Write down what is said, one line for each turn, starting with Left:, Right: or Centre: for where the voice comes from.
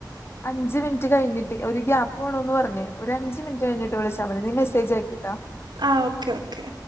Left: അഞ്ച് മിനിറ്റ് കഴിഞ്ഞിട്ട് ഒരു ഗ്യാപ്പ് വേണോന്ന് പറഞ്ഞ് ഒരു അഞ്ച് മിനിറ്റ് കഴിഞ്ഞിട്ട് വിളിച്ചാ മതി നീ മെസേജ് അയക്ക്ട്ടൊ
Right: ആഹ് ഓക്കെ ഓക്കെ